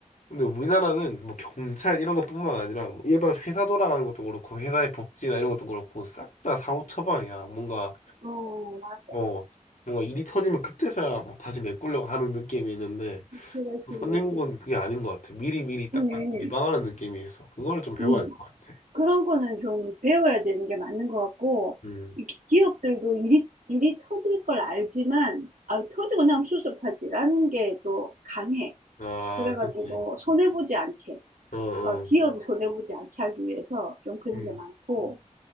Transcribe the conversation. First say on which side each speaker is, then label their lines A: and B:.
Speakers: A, on the left (about 70°); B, on the right (about 85°).
A: 근데 우리나라는 뭐 경찰 이런 것뿐만 아니라 뭐 일반 회사 돌아가는 것도 그렇고 회사의 복지나 이런 것도 그렇고 싹 다 사후 처방이야. 뭔가
B: 어, 맞아.
A: 뭐 뭔가 일이 터지면 그때서야 뭐 다시 메꾸려고 하는 느낌이 있는데
B: 그렇지,
A: 또
B: 그렇지.
A: 선진국은 그게 아닌 것 같아. 미리 미리 딱
B: 음,
A: 예방하는 느낌이 있어. 그거를 좀 배워야
B: 음.
A: 할 것 같아.
B: 그런 거는 좀 배워야 되는 게 맞는 것 같고,
A: 음.
B: 이 기- 기업들도 일이, 일이 터질 걸 알지만, 아, 터지고 나면 수습하지라는 게 또 강해.
A: 아,
B: 그래가지고,
A: 그치.
B: 손해보지 않게,
A: 어, 어.
B: 어, 기업이 손해보지 않게 하기 위해서 좀 그런
A: 음,
B: 게 많고,